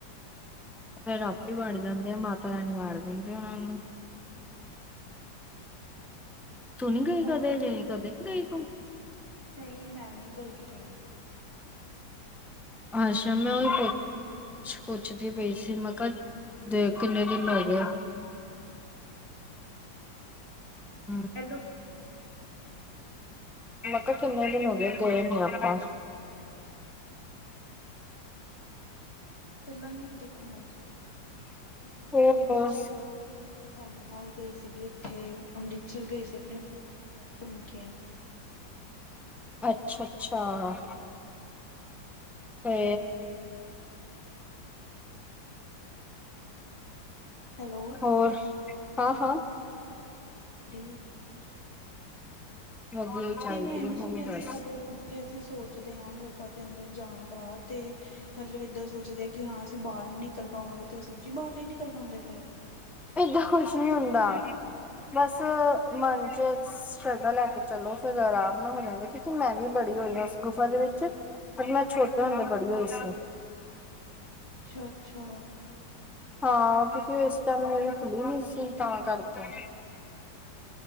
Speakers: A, in the centre; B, on the left (about 35°).
A: ਫਿਰ ਆਪੇ ਹੀ ਵੜ ਜਾਂਦੇ ਆ, ਮਾਤਾ ਰਾਣੀ ਵਾੜ ਦਿੰਦੀਂ ਆ ਉਹਨਾਂ ਨੂੰ
B: <inaudible>
A: ਤੂੰ ਨੀ ਗਈ
B: ਹੋਰ
A: ਕਦੇ ਜੇ, ਕਦੇ ਨੀ ਗਈ ਤੂੰ
B: ਨਹੀਂ ਮੈਂ ਨਹੀਂ ਗਈ ਕਿਥੇ ਵੀ
A: ਅੱਛਾ ਮੈਂ ਉਹੀ ਪੁੱਛ ਪੁੱਛਦੀ ਪਈ ਸੀ, ਮੈਂ ਕਿਹਾ ਤੇ ਕਿੰਨੇ ਦਿਨ ਹੋ ਗਏ ਹਮ
B: ਹੈਲੋ
A: ਮੈਂ ਕਿਹਾ
B: ਹੋਰ
A: ਕਿੰਨੇ ਦਿਨ ਹੋ ਗਏ, ਗਏ ਨੀ ਆਪਾਂ
B: ਹਾਂ ਇਹ ਤਾਂ ਹੈ, ਚੱਲਾਂਗੇ ਕਿਥੇ ਘੁੰਮਣ ਮੈਂ ਗਈ
A: ਹੋਰ
B: ਸੀ ਪਿੱਛੇ, ਇੱਕ ਆਪਣੀ ਫਰੈਂਡ ਨਾਲ ਗਈ ਸੀਗੀ ਉੱਥੇ ਅੰਮ੍ਰਿਤ ਉਥਰ ਗਏ ਸੀ ਆਪਣੀ ਫਰੈਂਡ ਨਾਲ, ਸਾਰਾ ਘੁੰਮ ਕੇ ਆਈ ਮੈਂ
A: ਅੱਛਾ ਅੱਛਾ ਤੇ
B: ਹੈਲੋ
A: ਹੋਰ ਹਾਂ ਹਾਂ
B: ਦੀ
A: ਵਧੀਆ। ਚਾਹੀਦੀ
B: ਤੇ ਮੈਂ ਇਹ ਵੀ ਸੁਣਿਆ
A: ਹੋਰ ਦੱਸ
B: ਸੀ, ਅਗਰ ਉੱਥੇ ਅਸੀਂ ਸੋਚਦੇ ਹਾਂ ਗੁਫਾ ਦੇ ਅੰਦਰ ਜਾਣ ਦਾ ਤੇ ਮਤਲਬ ਏਦਾਂ ਸੋਚਦੇ ਆ ਕਿ ਹਾਂ ਅਸੀਂ ਬਾਹਰ ਨੀ ਨਿਕਲ ਪਾਵਾਂ, ਗੇ ਤੇ ਉਹ ਸੱਚੀ ਬਾਹਰ ਨੀ ਨਿਕਲ ਪਾਉਂਦੇ ਫੇਰ।
A: ਏਦਾਂ ਕੁਛ ਨਹੀਂ ਹੁੰਦਾ, ਬਸ ਮਨ ਚ ਸ਼ਰਧਾ ਲੈ ਕੇ ਚਲੋ ਫੇਰ ਆਰਾਮ ਨਾਲ ਹੋ ਜਾਂਦੇ, ਕਿਉਂਕਿ ਮੈਂ ਵੀ ਵੜੀ ਹੋਈ ਹਾਂ ਉਸ ਗੁਫਾ ਦੇ ਵਿੱਚ। ਪਰ ਮੈਂ ਛੋਟੇ ਹੁੰਦੇ ਵੜੀ ਹੋਈ ਸੀ।
B: ਅੱਛਾ- ਅੱਛਾ!
A: ਹਾਂ ਕਿਉਂਕਿ ਉਹ ਇਸ ਟਾਈਮ ਮੇਰੀ ਖੁੱਲੀ ਨੀ ਸੀ ਤਾਂ ਕਰਕੇ।